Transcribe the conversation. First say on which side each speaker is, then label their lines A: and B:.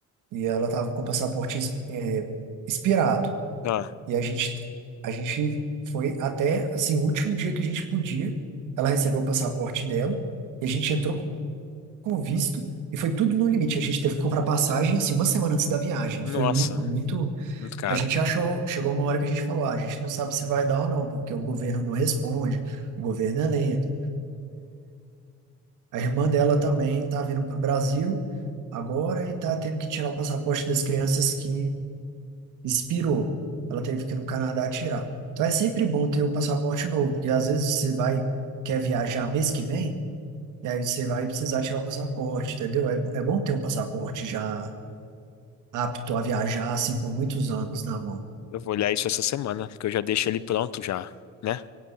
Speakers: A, on the right (about 85°); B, on the left (about 65°).
A: e ela estava com o passaporte, é, expirado.
B: Ah,
A: E a gente, a gente foi até, assim, o último dia que a gente podia. Ela recebeu o passaporte dela e a gente entrou com o visto e foi tudo no limite. A gente teve que comprar passagem, assim, uma semana antes da viagem.
B: nossa,
A: Foi mu- muito...
B: muito caro.
A: A gente achou... Chegou uma hora que a gente falou, ah, a gente não sabe se vai dar ou não, porque o governo não responde, o governo é lento. A irmã dela também está vindo para o Brasil agora e está tendo que tirar o passaporte das crianças que expirou. Ela teve que ir no Canadá tirar. Então é sempre bom ter o passaporte novo, porque às vezes você vai, quer viajar mês que vem, e aí você vai precisar tirar o passaporte, entendeu? É, é bom ter um passaporte já apto a viajar, assim, por muitos anos na mão.
B: Eu vou olhar isso essa semana, porque eu já deixo ele pronto já, né?